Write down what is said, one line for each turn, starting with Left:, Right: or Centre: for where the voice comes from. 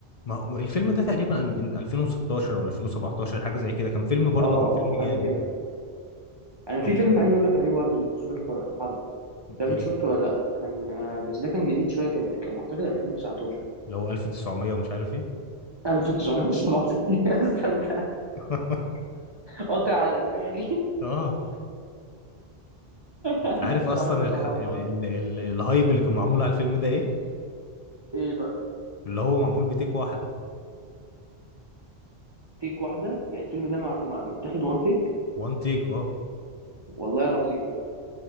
Left: ما هو الفيلم ده تقريبا إن- 2016 او 2017 حاجه زي كده كان فيلم برضه
Right: اه
Left: كان فيلم
Right: اه حاجه
Left: جامد
Right: كده انا
Left: طب
Right: في فيلم عايز اقول لك عليه برضه بخصوص الح- الحرب مش عارف
Left: ايه
Right: شفته ولا لا كان آه، بس ده كان جديد شويه كان كان اعتقد 2019
Left: اللي هو 1900 ومش عارف ايه
Right: 1917 <laughs> اصلا انت
Left: <laughs>
Right: قاطع على دماغي
Left: اه انت
Right: 1917
Left: عارف اصلا الح... ال... ال... ال... الهايب اللي كان معمول على الفيلم ده ايه
Right: ايه بقى
Left: اللي هو معمول بتيك واحده
Right: تيك واحده يعني الفيلم ده مع- مع- متاخد وان تيك
Left: وان تيك اه
Right: والله العظيم